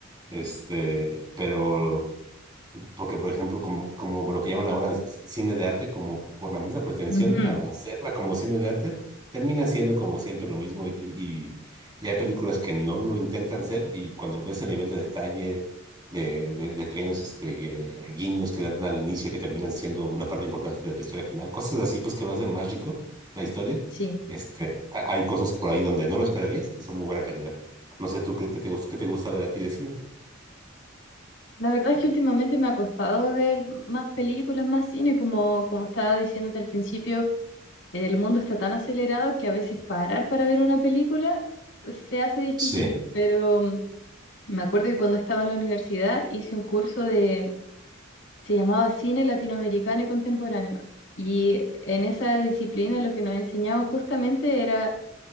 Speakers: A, on the right (about 20°); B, on the left (about 70°).
A: Este, pero porque por ejemplo, como, como lo que llaman ahora es cine de arte, como por la misma pretensión
B: Ujú,
A: al hacerla como cine de arte, termina siendo como siempre lo mismo y, y, y hay películas que no lo intentan ser y cuando ves el nivel de detalle de, de, de pequeños este, eh, guiños que dan al inicio y que terminan siendo una parte importante de la historia final, cosas así pues que lo hacen más rico la historia,
B: Sí.
A: este, ha- hay cosas por ahí donde no lo esperarías que son muy buena calidad. No sé tú qué, qué te, gus- qué te gusta ver a ti de cine.
B: La verdad es que últimamente me ha costado ver más películas, más cine, como, como estaba diciéndote al principio, el mundo está tan acelerado que a veces parar para ver una película se hace difícil,
A: Sí.
B: pero mm, me acuerdo que cuando estaba en la universidad hice un curso de, se llamaba Cine Latinoamericano y Contemporáneo, y en esa disciplina lo que nos enseñaban justamente era